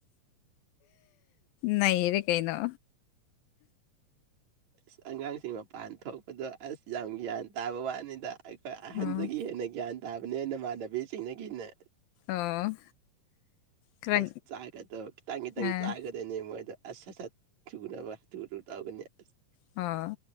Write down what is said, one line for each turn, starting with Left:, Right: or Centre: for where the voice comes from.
Left: ꯅꯔꯦ ꯀꯩꯩꯅꯣ
Right: ꯑꯁ ꯑꯉꯥꯡꯁꯤꯡ ꯃꯄꯥꯟ ꯊꯣꯛꯄꯗꯣ ꯑꯁ ꯌꯥꯝ ꯒ꯭ꯌꯥꯟ ꯇꯥꯕ ꯋꯥꯅꯤꯗ ꯑꯩꯈꯣꯏ ꯑꯍꯟꯗꯒꯤ
Left: ꯑꯣ
Right: ꯍꯦꯟꯅ ꯒ꯭ꯌꯥꯟ ꯇꯥꯕꯅꯤ ꯏꯃꯥꯟꯅꯕꯤꯁꯤꯡꯅꯗꯒꯤ ꯍꯦꯟꯅ
Left: ꯑꯣ ꯈꯔ
Right: ꯁ ꯆꯥꯒꯗꯧꯈꯤ ꯇꯥꯡꯪꯒꯤ ꯇꯪ
Left: ꯑꯥ
Right: ꯆꯥꯒ ꯅꯦ ꯃꯣꯏꯗ ꯑꯁ ꯑ ꯁꯠ ꯆꯨꯒꯨꯅꯕꯨꯨ ꯇꯧꯒꯅꯤ ꯑꯁ
Left: ꯍꯥꯥ